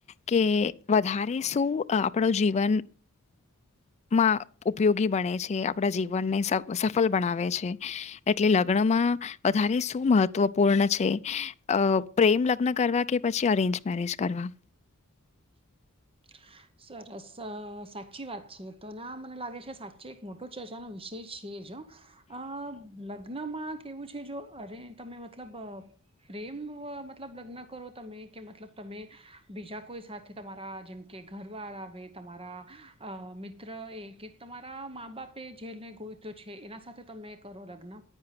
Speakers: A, on the left (about 30°); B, on the right (about 25°).
A: કે વધારે શું આપણો જીવન માં ઉપયોગી બને છે આપણા જીવનને સ સફળ બનાવે છે એટલે લગ્ન માં વધારે શું મહત્વપૂર્ણ છે પ્રેમ લગ્ન કરવા કે પછી અરેન્જ મેરેજ કરવા
B: <inaudible> સરસ સાચી વાત છે તો અનેને આ મને લાગે છે સાચે એક મોટો ચર્ચાનો વિષય છે જો અ લગ્નમાં કેવું છે જો અરે તમે મતલબ પ્રેમ મતલબ લગ્ન કરો તમે કે મતલબ તમે બીજા કોઈ સાથે તમારા જેમ કે ઘરવાર આવે તમારા મિત્ર એ કે તમારા મા બાપે એ જેને કોઈ તો છે એના સાથે તમે કરો લગ્ન